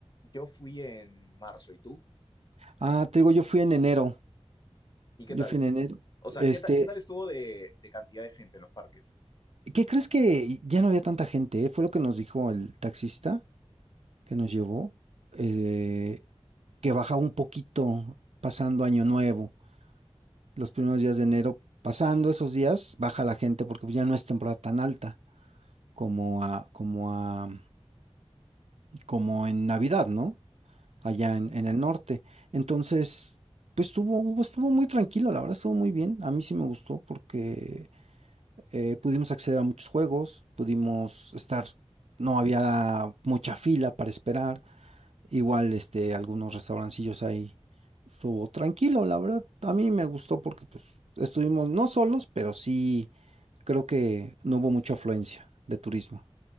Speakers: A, on the left; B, on the right.
A: yo fui en marzo, ¿y tú?
B: Ah, te digo, yo fui en enero.
A: ¿Y qué
B: Yo
A: tal?
B: fui en enero.
A: O
B: Este,
A: sea, ¿qué tal, qué tal estuvo de, de cantidad de gente en los parques?
B: ¿qué crees que ya no había tanta gente, eh? Fue lo que nos dijo el taxista. que nos llevó, eh, que bajaba un poquito pasando Año Nuevo, los primeros días de enero, pasando esos días, baja la gente porque pues, ya no es temporada tan alta como a, como a, como en Navidad, ¿no? Allá
A: Ujú.
B: en, en el norte. Entonces, pues estuvo, hubo- estuvo muy tranquilo, la verdad, estuvo muy bien. A mí sí me gustó porque eh, pudimos acceder a muchos juegos, pudimos estar, no había mucha fila para esperar, igual este, algunos restaurancillos ahí estuvo tranquilo, la verdad, a mí me gustó porque pues estuvimos no solos, pero sí creo que no hubo mucha afluencia de turismo.